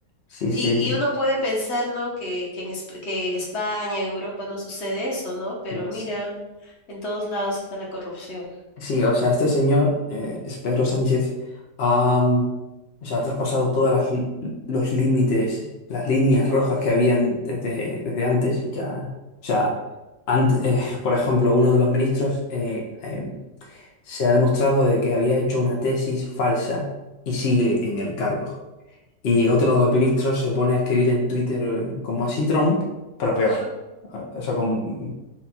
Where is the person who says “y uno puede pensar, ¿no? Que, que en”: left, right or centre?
Left